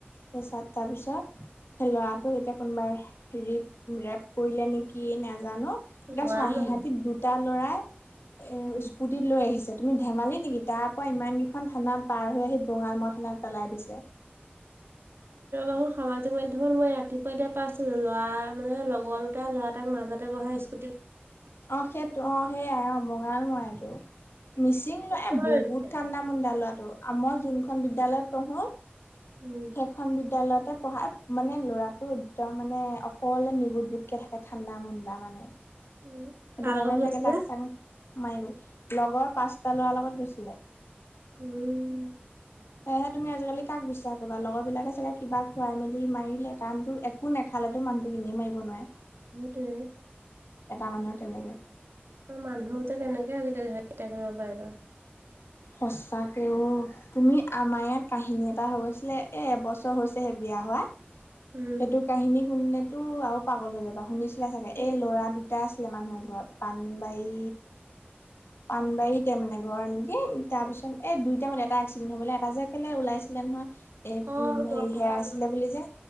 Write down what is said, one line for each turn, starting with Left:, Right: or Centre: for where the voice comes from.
Left: চেচাত তাৰপিছত হে লৰা- ৰিপ, ৰেপ কৰিলে নেকি নাজানো। এতিয়া
Right: লৰা
Left: চোৱা
Right: মানুহ
Left: হেহতি দুটা ল'ৰাই
Right: উম
Left: স্কু- টিত লৈ আহিছে। তুমি ধেমালি নেকি তাৰ পৰা ইমানকেইখন থানাত পাৰ হৈ আহি বঙালমৰা থানাত পেলাই দিছে।
Right: অ' সামাজিক মাধ্যমত মই ৰাতিপুৱা এতিয়া পাইছিলো ল'ৰা মানে লগৰ দুটা লৰা তাক মাজতে বহাই স্কু-
Left: অ' সেইটো, অ সেইয়াই অ বঙালমৰা এইটো মিচিং লয়,
Right: ওচৰৰে
Left: এ বহুত
Right: তেতিয়াহ'লে
Left: ঠাণ্ডা মুণ্ডা লৰাটো মই যোনখন বিদ্যালয়ত পঢ়ো
Right: উম।
Left: সেইখন বিদ্যালয়তে পঢ়া। মানে ল'ৰাটো একদম মানে অকলে নিবোট বোটকে থাকে। ঠাণ্ডা-মুণ্ডা মানে।
Right: উম
Left: সেইটো
Right: কাৰ
Left: কাৰণে
Right: লগত গৈছিলে?
Left: তাকে তাক চাং মাৰি গ'ল লগৰ পাঁচটা লৰা লগত গৈছিলে।
Right: উম।
Left: সেয়েহে তুমি আজিকালি কাক বিশ্বাস কৰিবা লগৰবিলাকে চাগে কিবা খুৱাই মেলি মাৰিলে কাৰণটোৰ এ- কো নেখালেতো মানুহটোক এনেই মাৰিব নোৱাৰে।
Right: সেইটোৱে।
Left: এটা মানুহ তেনেকে।
Right: আৰু মানুহক যে কেনেকে আজিকালি হত্যা কৰিব পাৰে বাৰু।
Left: সঁচাকে অ। তুমি, আমাৰ ইয়াত কাহিনী এটা হৈ গৈছিলে এ এবছৰ হৈছেহে বিয়া হোৱা।
Right: উম
Left: সেইটো কাহিনী শুনিলেতো আৰু পাগল হৈ যাবা শুনিছিলা চাগে?
Right: ঠিক
Left: এই
Right: আছে
Left: ল'ৰা
Right: যাম।
Left: দু- টা আছিলে মানুহৰ ঘৰত পাণবাৰী, পানবাৰীতে মানে ঘৰ নেকি? তাৰপিছত এ দুইটা মান এটা এক্সিডেণ্ট হৈ মৰিলে এটা যে কেলে ওলাইছিলে নহয়। এই
Right: অ
Left: উম
Right: গম
Left: হেৰি হেৰাইছিলে
Right: পালো
Left: বুলি যে।